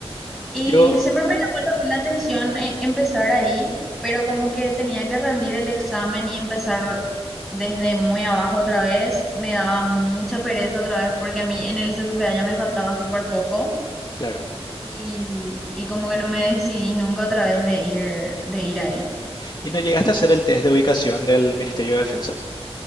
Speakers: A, in the centre; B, on the left.
A: Y
B: Yo,
A: siempre me llamó también la atención eh, empezar ahí, pero como que tenía que rendir el examen y empezar desde muy abajo otra vez, me daba mucha pereza otra vez porque a mí en el CCPA ya me faltaba súper poco
B: claro.
A: y, y como que no me decidí nunca otra vez de ir, de ir ahí.
B: ¿Y no llegaste a hacer el test de ubicación del Ministerio de Defensa?